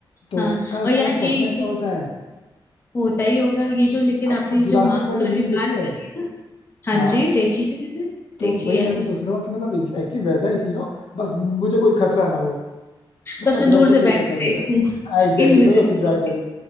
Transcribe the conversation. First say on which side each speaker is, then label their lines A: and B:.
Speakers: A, on the left; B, on the left.
A: तो
B: हाँ
A: क्या
B: और यार
A: क्या सच
B: ये,
A: में ऐसा
B: ये
A: होता है
B: होता ही होगा ये जो लेकिन
A: आपने
B: आपने
A: वो
B: ये
A: जुरासिक
B: जो मार्क्स
A: वर्ल्ड
B: वाली
A: मूवी
B: बात
A: देखी है
B: करी है ना हाँ
A: हाँ
B: जी देखिए मैंने
A: तो
B: देखी
A: वही
B: है
A: मैं भी सोच रहा हूँ कि मतलब एग्जैक्टली exactly वैसा ही सीन हो बस मुझे कोई खतरा ना हो मैं
B: बस
A: अपने
B: मैं दूर
A: ऊपर
B: से
A: कोई
B: बैठ
A: खतरा
B: के
A: नहीं
B: देखूं
A: चाहता हाँ
B: <laughs>
A: एग्जैक्टली
B: इनविजिबल
A: exactly, मैं बस एंजॉय करूँ